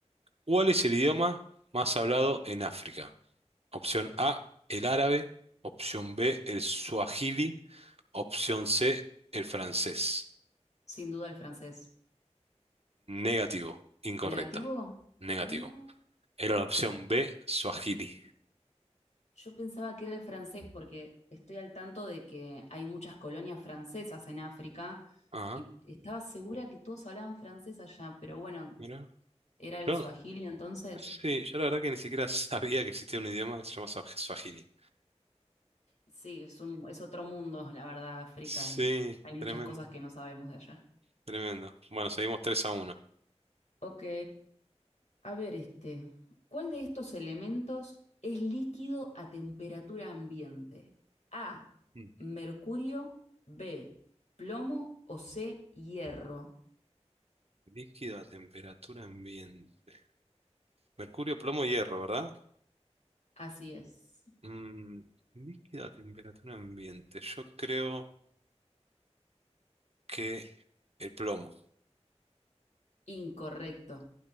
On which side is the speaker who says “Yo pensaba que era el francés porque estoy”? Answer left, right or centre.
Left